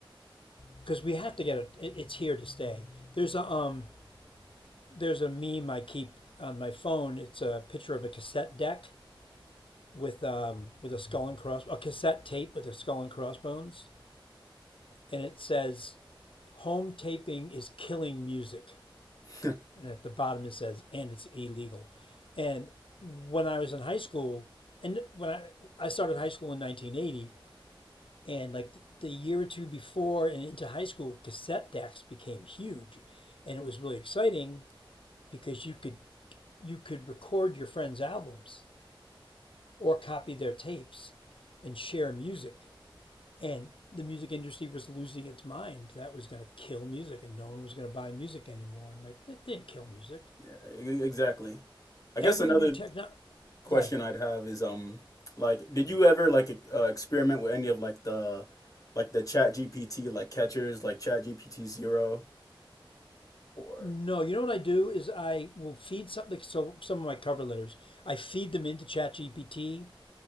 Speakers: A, on the left; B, on the left.
A: because we have to get it. it's here to stay. There's a um, there's a meme I keep on my phone. It's a picture of a cassette deck with um, with a skull and cross a cassette tape with a skull and crossbones, and it says home taping is killing music.
B: it. <laughs>
A: and at the bottom it says and it's illegal. And when I was in high school, and when I I started high school in 1980, and like th- the year or two before and into high school, cassette decks became huge, and it was really exciting because you could you could record your friends' albums or copy their tapes and share music. And the music industry was losing its mind. That was going to kill music, and no one was going to buy music anymore. And like, it didn't kill music.
B: Yeah, e- exactly. I
A: Every
B: guess another
A: new techno.
B: question
A: Go ahead.
B: I'd have is um like did you ever like e- uh, experiment with any of like the like the Chat GPT like catchers like Chat GPT Zero or
A: No, you know what I do is I will feed something. So some of my cover letters, I feed them into ChatGPT